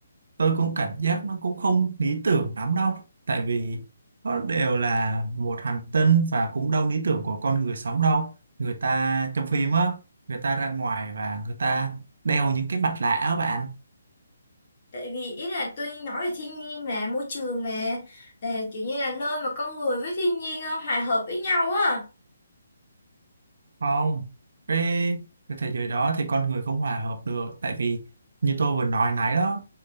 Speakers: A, on the right (about 60°); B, on the left (about 35°).
A: tôi cũng cảm giác nó cũng không lý tưởng lắm đâu tại vì nó đều là một hành tinh và cũng đâu lý tưởng của con người sống đâu người ta trong phim á người ta ra ngoài và người ta đeo những cái mặt nạ á bạn
B: tại vì ý là tôi nói về thiên nhiên mà môi trường mà là kiểu như là nơi mà con người với thiên nhiên ờ, hòa hợp với nhau á
A: không cái cái thế giới đó thì con người không hòa hợp được tại vì như tôi vừa nói nãy đó